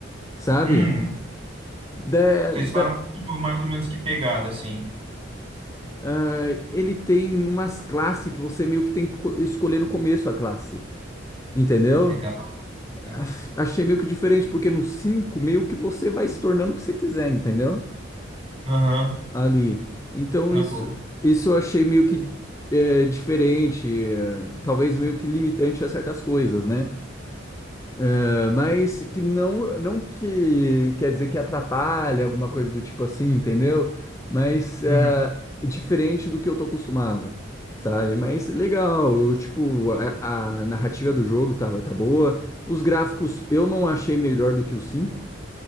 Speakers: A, on the left; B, on the right.
A: sabe?
B: hum.
A: Da,
B: Vocês
A: da,
B: falam, tipo, mais ou menos que pegada, assim.
A: ah, ele tem umas classes que você meio que tem que co- escolher no começo a classe, entendeu?
B: Legal, legal.
A: Ach- Achei meio que diferente, porque no 5 meio que você vai se tornando o que você quiser, entendeu?
B: Aham.
A: ali. Então
B: Na
A: isso,
B: boba.
A: isso eu achei meio que é, diferente, é, talvez meio que limitante a certas coisas, né? É, mas que não, não que quer dizer que atrapalha alguma coisa do tipo assim, entendeu? Mas é,
B: Uhum.
A: diferente do que eu tô acostumado. Sabe? Mas legal, eu, tipo, a, a narrativa do jogo tá, tá boa. Os gráficos eu não achei melhor do que o 5.